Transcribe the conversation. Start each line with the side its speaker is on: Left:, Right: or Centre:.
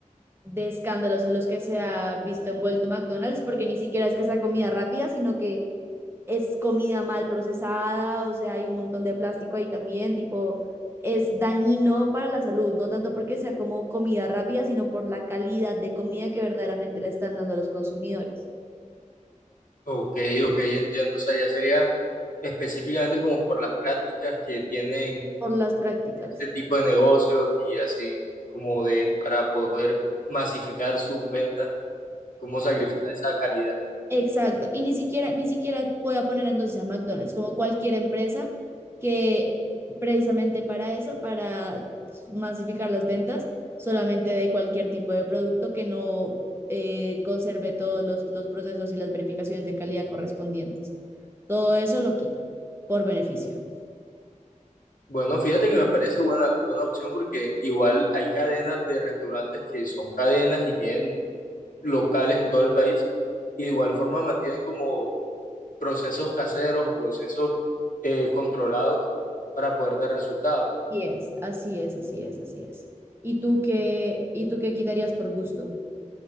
Right: de escándalos en los que se ha visto envuelto McDonald's, porque ni siquiera es que sea comida rápida, sino que es comida mal procesada, o sea, hay un montón de plástico ahí también, tipo, es dañino para la salud, no tanto porque sea como comida rápida, sino por la calidad de comida que verdaderamente le están dando a los consumidores,
Left: ok, ok, entiendo. O sea, ya sería específicamente como por las prácticas que tienen
Right: por las prácticas.
Left: ese tipo de negocios y así como de para poder masificar sus ventas, cómo sacrificar esa calidad.
Right: Exacto, y ni siquiera, ni siquiera voy a poner entonces a McDonald's, como cualquier empresa que precisamente para eso, para masificar las ventas solamente de cualquier tipo de producto que no eh, conserve todos los, los procesos y las verificaciones de calidad correspondientes. Todo eso lo quito por beneficio.
Left: Bueno, fíjate que me parece buena, buena opción porque igual hay cadenas de restaurantes que son cadenas y tienen locales en todo el país y de igual forma mantienen como procesos caseros o procesos eh, controlados para poder dar resultados.
Right: Así es, así es, así es, así es. ¿Y tú qué, y tú qué quitarías por gusto?